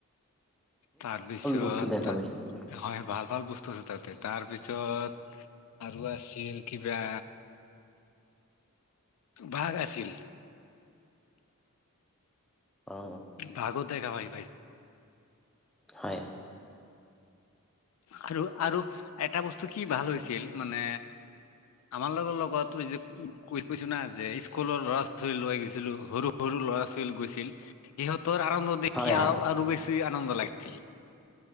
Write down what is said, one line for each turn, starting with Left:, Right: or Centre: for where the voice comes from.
Left: তাৰপিছত
Centre: বস্তু দেখা
Left: তাত
Centre: পাইছে দেখোন।
Left: হয় ভাল ভাল বস্তু দুল তাতে তাৰপিছত আৰু আছিল কিবা বাঘ আছিল
Centre: অ
Left: বাঘো দেখা পাই‌ পাইছে
Centre: হয়
Left: আৰু আৰু এটা বস্তু কি ভাল হৈছিল মানে আমাৰ লগৰ লগত যে কৈছো না যে স্কুলৰ ল'ৰা ছোৱালী লৈ গৈছিলো সৰু সৰু ল'ৰা ছোৱালী গৈছিল সিহঁতৰ আনন্দ দেখি
Centre: হয়
Left: আৰু
Centre: হয়
Left: বেছি আনন্দ লাগিছিল।